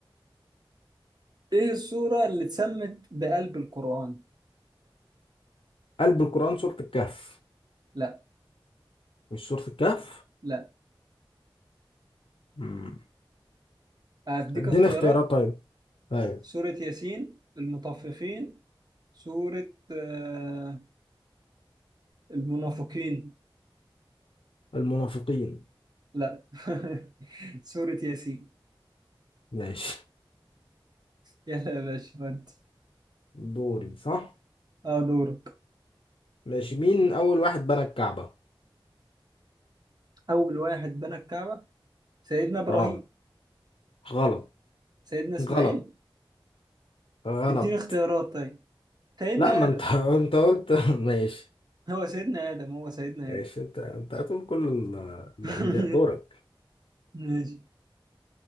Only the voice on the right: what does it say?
ايه السورة اللي اتسمت بقلب القرآن
لا
لا
اديك
اختيارات
سورة ياسين المطففين سورة آه، المنافقين
لا <laughs> سورة ياسين
يلا يا باشا ودي
اه دورك
أول واحد بنى الكعبة سيدنا إبراهيم
سيدنا إسماعيل
اديني اختيارات طيب سيدنا
آدم
هو سيدنا آدم هو سيدنا
آدم
<laughs>
ماشي